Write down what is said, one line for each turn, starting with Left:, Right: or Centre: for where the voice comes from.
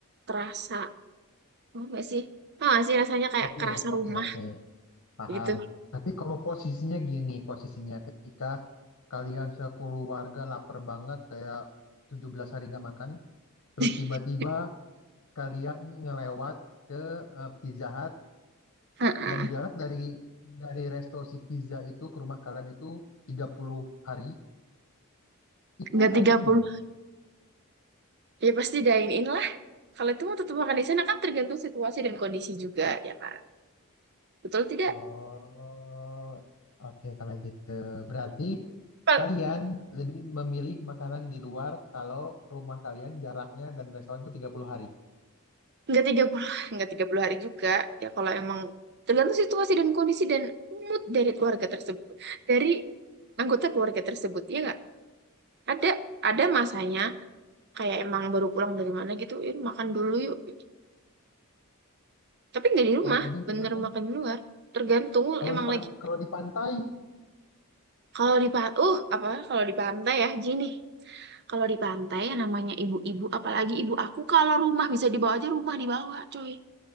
Right: terasa apa nggak sih Tau nggak sih rasanya kayak
Left: Oke,
Right: kerasa
Left: oke,
Right: rumah
Left: oke, paham.
Right: gitu
Left: Tapi kalau posisinya gini, posisinya ketika kalian sekeluarga lapar banget kayak 17 hari nggak makan, terus
Right: <laughs>
Left: tiba-tiba kalian ngelewat ke eh, Pizza Hut
Right: Heeh.
Left: dan jarak dari dari resto si pizza itu ke rumah kalian itu 30 hari, itu
Right: nggak
Left: kalian
Right: tiga puluh
Left: gimana?
Right: ya pasti dine in lah kalau itu mau tetap makan di sana kan tergantung situasi dan kondisi juga ya kan betul tidak
Left: Oh, oke kalau gitu. Berarti
Right: Kal-
Left: kalian lebih memilih makanan di luar kalau rumah kalian jaraknya dan restoran itu 30 hari.
Right: nggak tiga puluh nggak 30 hari juga ya kalau emang tergantung situasi dan kondisi dan mood dari keluarga tersebut dari anggota keluarga tersebut ya nggak ada ada masanya kayak emang baru pulang dari mana gitu yuk makan dulu yuk gitu. tapi nggak di rumah
Left: Oh, jadi
Right: bener
Left: misalkan
Right: makan di luar tergantung
Left: kalau
Right: emang
Left: di pan-
Right: lagi
Left: kalau di pantai,
Right: kalau di pantai uh apa kalau di pantai ya gini kalau di pantai yang namanya ibu-ibu apalagi ibu aku kalau rumah bisa dibawa aja rumah dibawa coy